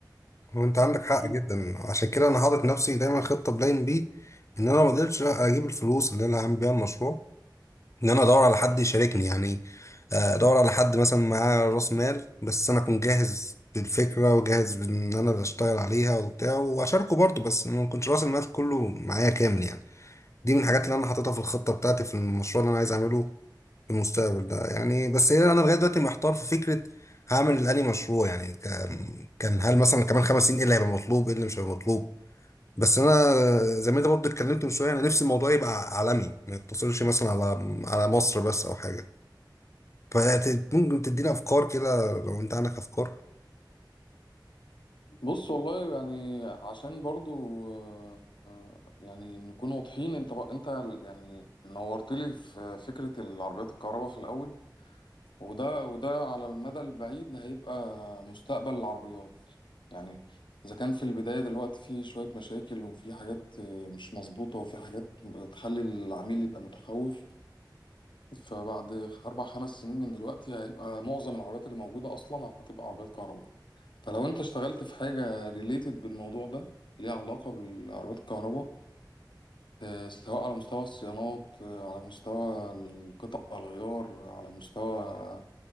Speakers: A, on the left; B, on the left.
A: وانت عندك
B: <clears throat>
A: حق جدا عشان كده انا حاطط نفسي دايما خطه بلاين بي ان انا ما اقدرش اجيب الفلوس اللي انا هعمل بيها المشروع ان انا ادور على حد يشاركني يعني آه، ادور على حد مثلا معاه راس مال بس انا اكون جاهز بالفكره وجاهز بان انا اللي اشتغل عليها وبتاع واشاركه برضه بس ما يكونش راس المال كله معايا كامل يعني دي من الحاجات اللي انا حاططها في الخطه بتاعتي في المشروع اللي انا عايز اعمله المستقبل ده يعني بس هي انا لغايه دلوقتي محتار في فكره هعمل الاني مشروع يعني كان كان هل مثلا كمان خمس سنين ايه اللي هيبقى مطلوب ايه اللي مش هيبقى مطلوب بس انا زي ما انت برضه اتكلمت من شويه انا نفسي الموضوع يبقى عالمي ما يقتصرش مثلا على على مصر بس او حاجه فممكن تدينا افكار كده لو انت عندك افكار
B: بص والله يعني عشان برضو آه، آه، يعني نكون واضحين انت بق... انت يعني نورت لي في فكرة العربيات الكهرباء في الأول وده وده على المدى البعيد هيبقى مستقبل العربيات يعني إذا كان في البداية دلوقتي في شوية مشاكل وفي حاجات مش مظبوطة وفي حاجات تخلي العميل يبقى متخوف فبعد أربع خمس سنين من دلوقتي هيبقى معظم العربيات اللي موجودة أصلا هتبقى عربيات كهرباء فلو أنت اشتغلت في حاجة ريليتد بالموضوع ده ليها علاقة بالعربيات الكهرباء آه، سواء على مستوى الصيانات آه، على مستوى القطع الغيار على مستوى